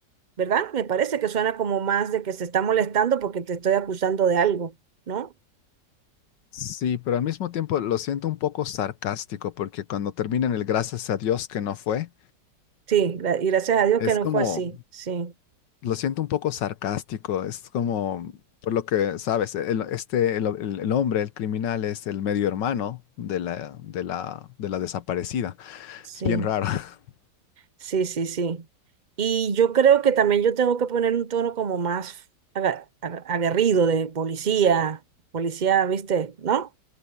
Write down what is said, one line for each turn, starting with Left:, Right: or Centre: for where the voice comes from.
Right: ¿verdad? Me parece que suena como más de que se está molestando porque te estoy acusando de algo, ¿no?
Left: Sí, pero al mismo tiempo lo siento un poco sarcástico, porque cuando terminan el gracias a Dios que no fue,
Right: Sí, gra- y gracias a Dios
Left: es
Right: que no
Left: como,
Right: fue así. Sí,
Left: lo siento un poco sarcástico, es como, por lo que sabes, el, este, el, el- el hombre, el criminal, es el medio hermano de la, de la, de la desaparecida.
Right: sí,
Left: Es bien raro. <laughs>
Right: sí, sí, sí. Y yo creo que también yo tengo que poner un tono como más aga- aga- aguerrido de policía, policía, ¿viste? ¿No?